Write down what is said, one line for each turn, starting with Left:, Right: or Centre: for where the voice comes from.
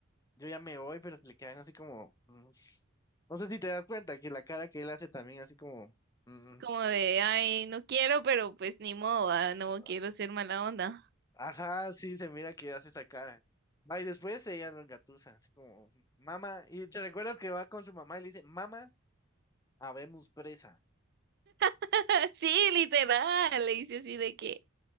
Left: yo ya me voy, pero se le quedan así como, mm. no sé si te das cuenta que la cara que él hace también así como, mm,
Right: Como de, ay, no quiero, pero pues ni modo, ah, no
Left: mm,
Right: quiero ser mala onda.
Left: Ajá, sí, se mira que hace esa cara. Va, y después ella lo engatusa, así como, mamá, y te recuerdas que va con su mamá y le dice, mamá, habemos presa.
Right: <laughs> Sí, literal. Le dice así de que,